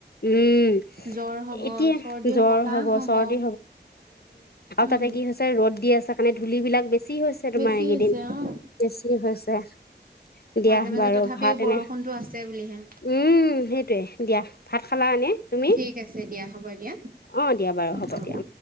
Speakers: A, on the left; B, on the right.
A: উম
B: জ্বৰ হ'ব,
A: এতিয়া
B: চৰ্দি
A: জ্বৰ
B: হ'ব, কাহ হ'ব।
A: চৰ্দি
B: উম
A: তাতে কি হৈছে ৰ'দ দি আছে কাৰণে ধূলি বিলাক বেছি হৈছে তোমাৰ
B: বেছি
A: এইকেইদিন।
B: হৈছে অ
A: বেছি হৈছে। দিয়া
B: মাজে মাজে
A: বাৰু
B: তথাপিও
A: ভাত এনে
B: বৰষুণতো আছে বুলিহে।
A: উম সেইটোৱে দিয়া ভাত খালা এনে তুমি,
B: ঠিক আছে দিয়া হ'ব দিয়া
A: অ দিয়া বা- ব হ'ব
B: অ অ
A: দিয়া।